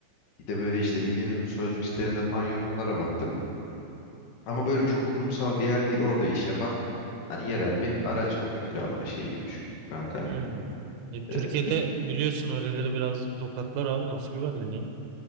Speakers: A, on the left; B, on the right.
A: Bir de böyle işte bildiğimiz bu sözlük sitelerinde falan yorumlara baktım. Ama böyle çok kurumsal bir yer değil. Orada iş yapan hani yerel bir araç oto kiralama şeyi gibi düşün kanka.
B: Hmm. E, Türkiye'de
A: Eee, git
B: biliyorsun öyleleri biraz tokatlar abi nasıl güvendin ya?